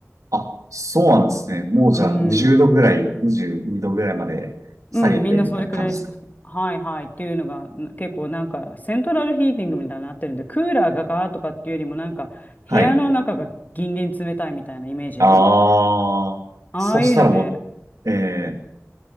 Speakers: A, on the right (about 80°); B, on the left (about 30°).
A: あ、そうなんですね。もうじゃあ20度ぐらい、
B: うん。
A: 22度ぐらいまで下げてみたいな感じですか
B: うん、みんなそれくらいし、はいはいっていうのが、ん結構なんか、セントラルヒーティングみたいになってるんで、クーラーがガーとかっていうよりも、なんか、
A: はい。
B: 部屋の中がギンギン冷たいみたいなイメージ。
A: ああ、
B: ああいうので、
A: そしたらもう、えー、